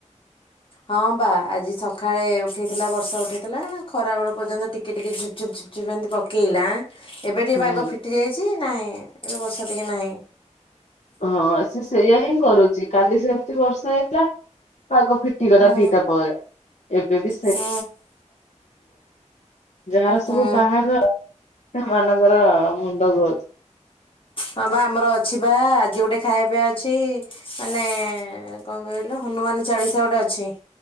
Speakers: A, on the left; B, on the left.
A: ହଁ ବା ଆଜି ସକାଳେ ଉଠେଇଥିଲା ବର୍ଷା ଉଠେଇଥିଲା ଖରା ବେଳ ପର୍ଯ୍ୟନ୍ତ ଟିକେ ଟିକେ ଝୁପ ଝୁପ ଝୁପ୍ ଝିପ୍ ଝିପ୍ ଏମିତି ପକେଇଲା। ଏବେ ଟିକେ
B: ହୁଁ
A: ପାଗ ଫିଟି ଯାଇଛି ନାହିଁ ଏବେ ବର୍ଷା ଟିକେ ନାହିଁ।
B: ହଁ ସେ ସେଇୟା ହିଁ କରୁଛି କାଲି ସେମତି ବର୍ଷା ହେଇଥିଲା। ପାଗ ଫିଟିଗଲା
A: ହୁଁ
B: ଦିଟା ପରେ ଏବେ ବି
A: ହୁଁ
B: ଯାହାର
A: ହୁଁ
B: ସବୁ ବାହାଘର ସେମାନଙ୍କର ମୁଣ୍ଡ ଘୁର
A: ହଁ ବା ଆମର ଅଛି ବା ଆଜି ଗୋଟେ ଖାଇବା ପିଆ ଅଛି ମାନେ କଣ କହିଲ? ଲ ହନୁମାନ ଚାଳିଶା ଗୋଟେ ଅଛି।